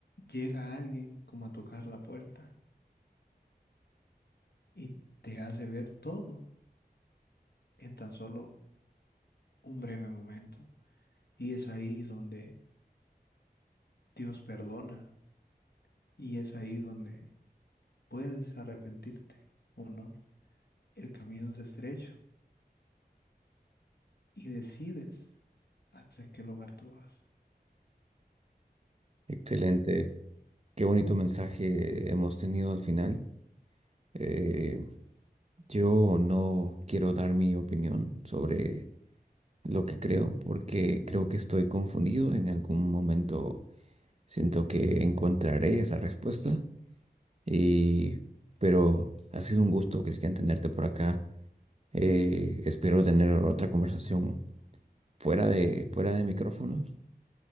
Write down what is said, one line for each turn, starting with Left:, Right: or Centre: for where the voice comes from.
Left: llega alguien como a tocar la puerta y te hace ver todo en tan solo un breve momento. Y es ahí donde Dios perdona y es ahí donde puedes arrepentirte o no. El camino es estrecho y decides hacia qué lugar tú vas.
Right: Excelente. Qué bonito mensaje hemos tenido al final. Eh, yo no quiero dar mi opinión sobre lo que creo porque creo que estoy confundido. En algún momento siento que encontraré esa respuesta. Y, pero ha sido un gusto, Cristian, tenerte por acá. Eh, espero tener otra conversación fuera de, fuera de micrófonos